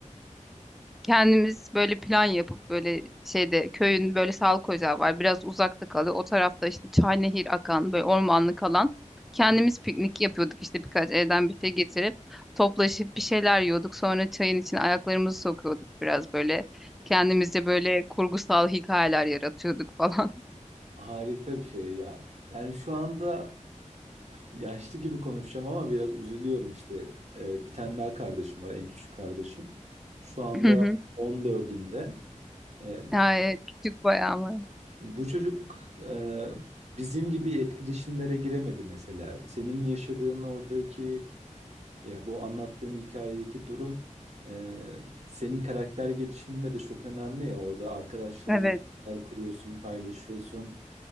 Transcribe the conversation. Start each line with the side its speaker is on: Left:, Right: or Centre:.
Centre: Kendimiz böyle plan yapıp böyle şeyde köyün böyle sağlık ocağı var. Biraz uzakta kalıyor. O tarafta işte çay nehir akan böyle ormanlık alan. Kendimiz
Right: Hı.
Centre: piknik yapıyorduk işte birkaç evden bir şey getirip toplaşıp bir şeyler yiyorduk. Sonra çayın içine ayaklarımızı sokuyorduk biraz böyle. Kendimizce böyle kurgusal hikayeler yaratıyorduk falan.
Right: Harika bir şey ya. Yani şu anda yaşlı gibi konuşacağım ama biraz üzülüyorum işte. Ee, bir tane daha kardeşim var, en küçük kardeşim. Şu anda
Centre: <laughs> Hı hı.
Right: 14'ünde. Ee,
Centre: Ya, evet, küçük bayağı mı?
Right: Bu çocuk e, bizim gibi etkileşimlere giremedi mesela. Senin yaşadığın oradaki ya bu anlattığın hikayedeki durum e, senin karakter gelişiminde de çok önemli ya. Orada arkadaşlarınla
Centre: Evet
Right: bir şeyler kuruyorsun, paylaşıyorsun.